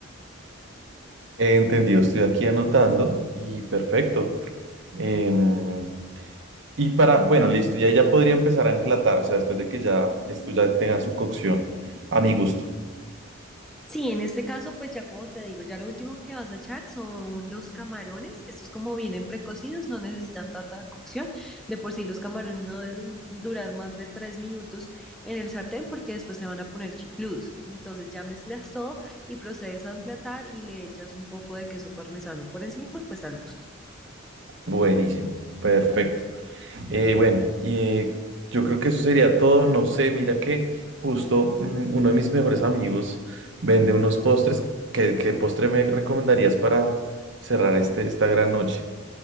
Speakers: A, on the right; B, in the centre.
A: entendido, estoy aquí anotando y perfecto. Em, Y para, bueno, listo, y ahí ya podría empezar a emplatar, o sea, después de que ya esto ya tenga su cocción, a mi gusto.
B: Sí, en este caso, pues ya como te digo, ya lo último que vas a echar son los camarones. Estos como vienen precocidos, no necesitan tanta cocción. De por sí los camarones no deben durar más de tres minutos en el sartén porque después se van a poner chicludos. Entonces ya mezclas todo y procedes a emplatar y le echas un poco de queso parmesano por encima, pues al gusto.
A: Buenísimo, perfecto. Eh, bueno, y eh, yo creo que eso sería todo. No sé, mira que justo mm, uno de mis mejores amigos vende unos postres. ¿Qué, qué postre me recomendarías para cerrar este, esta gran noche?